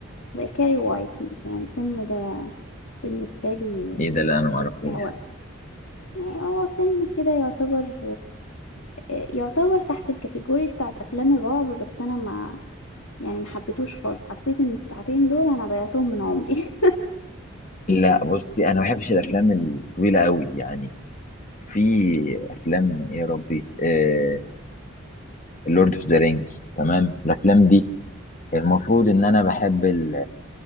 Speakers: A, on the left (about 75°); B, on the left (about 35°).
A: زي كاري وايت مثلا الفيلم ده بالنسبة لي
B: ايه ده اللي انا ما اعرفوش
A: ضيع وقت يعني هو فيلم كده يعتبر يعتبر تحت الكاتيجوري بتاعت افلام الرعب بس انا ما يعني ما حبيتوش خالص حسيت ان الساعتين دول انا ضيعتهم من عمري
B: لا بصي انا ما بحبش الافلام الطويله قوي يعني في افلام ايه يا ربي آه اللورد اوف ذا رينجز تمام الافلام دي المفروض ان انا بحب ال-